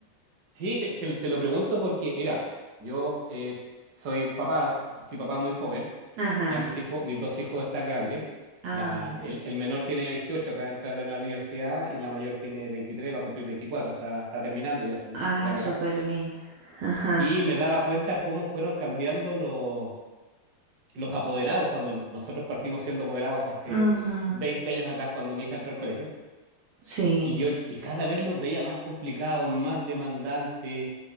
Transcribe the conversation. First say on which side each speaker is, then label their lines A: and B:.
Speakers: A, on the right (about 50°); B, on the right (about 85°).
A: Sí, te, te- te lo pregunto porque, mira, yo eh, soy papá, fui papá muy joven.
B: Ajá,
A: Ya mis hijos, mis dos hijos están grandes.
B: ah,
A: La,
B: mira.
A: el, el menor tiene 18, acaba de entrar en la universidad y la mayor tiene 23, va a cumplir 24. está, está terminando ya su,
B: Ah,
A: su carrera.
B: súper bien. Ajá.
A: Y me daba cuenta cómo fueron cambiando los, los apoderados cuando nosotros partimos siendo apoderados hace
B: Ujú.
A: 20 años atrás, cuando mi hija entró al colegio.
B: Sí,
A: Y yo y cada vez los veía más complicados, más demandantes,